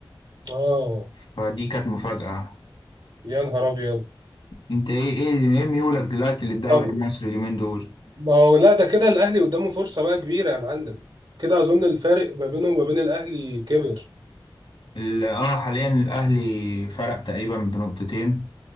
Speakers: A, on the right (about 70°); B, on the left (about 80°).
A: اه
B: فدي كانت مفاجأة
A: يا نهار ابيض
B: انت ايه ايه ايه ميولك دلوقتي للدوري
A: طب
B: المصري اليومين دول
A: ما هو لا ده كده الاهلي قدامه فرصة بقى كبيرة يا معلم كده اظن الفارق ما بينه وما بين الاهلي كبر
B: ال- اه حاليا الاهلي فرق تقريبا بنقطتين